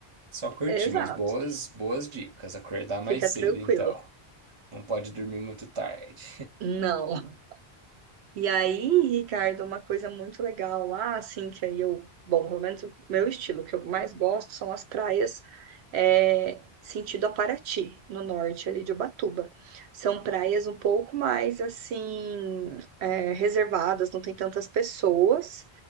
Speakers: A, on the right (about 35°); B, on the right (about 85°).
A: só curtir,
B: Exato.
A: mas boas, boas dicas. Acordar
B: Fica
A: mais cedo,
B: tranquilo.
A: então. Não pode dormir muito tarde.
B: Não. E aí, Ricardo, uma coisa muito legal lá, assim, que aí eu, bom, pelo menos o meu estilo, o que eu mais gosto são as praias, é, sentido a Paraty, no norte ali de Ubatuba. São praias um pouco mais, assim, é, reservadas, não tem tantas pessoas,